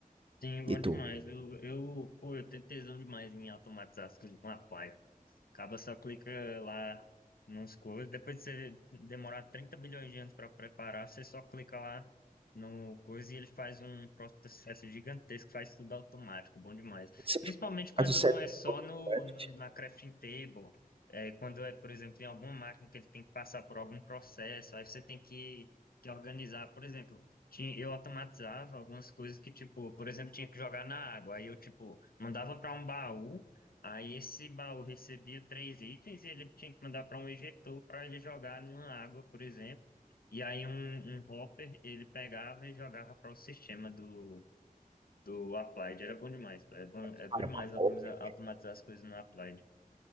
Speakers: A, on the left; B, on the right.
A: Sim, bom
B: E
A: demais.
B: tu?
A: Eu, eu, pô, eu tenho tesão demais em automatizar as coisas com a Apply. Acaba só clica lá nos coisas Depois de você demorar 30 milhões de anos para preparar, você só clica lá no coisa e ele faz um processo gigantesco, faz tudo automático, bom demais.
B: Você
A: Principalmente quando
B: faz o setup
A: não é só
B: do AutoCraft,
A: no, no- na crafting table, é, quando é, por exemplo, em alguma máquina que ele tem que passar por algum processo, aí você tem que, que organizar. Por exemplo, tinha, eu automatizava algumas coisas que, tipo, por exemplo, tinha que jogar na água, aí eu, tipo, mandava para um baú. Aí esse baú recebia três itens e ele tinha que mandar para um ejetor para ele jogar numa água, por exemplo. E aí um, um hopper ele pegava e jogava para o sistema do, do Applied. Era bom demais, cara. é bom, é
B: cara,
A: bom demais
B: uma
A: automatizar,
B: obra.
A: automatizar as coisas no Applied.